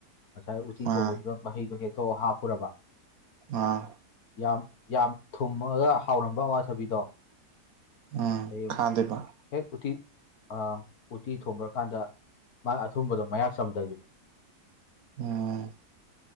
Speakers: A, on the left; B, on the right.
A: ꯉꯁꯥꯏ ꯎꯇꯤ
B: ꯑꯥ
A: ꯊꯣꯡꯕꯗꯨꯗ ꯃꯍꯩꯗꯣ ꯍꯦꯛꯇꯣ ꯍꯥꯞꯄꯨꯔꯕ
B: ꯑꯥ
A: ꯌꯥꯝ ꯌꯥꯝ ꯊꯨꯝꯃꯒ ꯍꯥꯎꯔꯝꯕ ꯑꯋꯥꯊꯕꯤꯗꯣ
B: ꯎꯝ
A: <unintelligible>
B: ꯈꯥꯗꯣꯏꯕ
A: ꯍꯦꯛ ꯎꯇꯤ ꯑ ꯎꯇꯤ ꯊꯣꯡꯈ꯭ꯔꯀꯥꯟꯗ ꯃꯥ ꯑꯊꯨꯝꯕꯗꯣ ꯃꯌꯥꯛ ꯆꯝꯊꯈꯤꯕ
B: ꯎꯝ